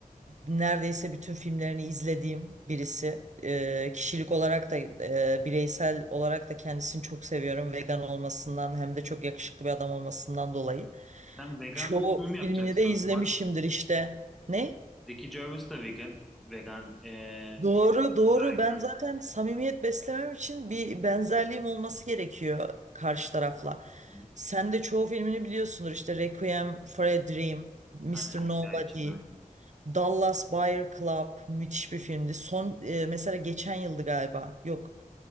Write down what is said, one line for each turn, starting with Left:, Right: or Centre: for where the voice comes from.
Right: neredeyse bütün filmlerini izlediğim birisi. Ee, kişilik olarak da e, bireysel olarak da kendisini çok seviyorum. Vegan olmasından hem de çok yakışıklı bir adam olmasından dolayı.
Centre: sen vegan
Right: Çoğu
Centre: bir sunum yapacaksın
Right: filmini de izlemişimdir
Centre: o zaman.
Right: işte. Ne?
Centre: Ricky Gervais da vegan. Vegan. Ee, Jennifer
Right: Doğru,
Centre: Lopez
Right: doğru.
Centre: de
Right: Ben
Centre: vegan.
Right: zaten samimiyet beslemem için bir benzerliğim olması gerekiyor karşı tarafla.
Centre: Hı.
Right: Sen de çoğu filmini biliyorsundur. işte. Requiem for a Dream, Mr.
Centre: Aynen rüya
Right: Nobody.
Centre: için. Aynen.
Right: Dallas Buyer Club müthiş bir filmdi. Son e, mesela geçen yıldı galiba. Yok.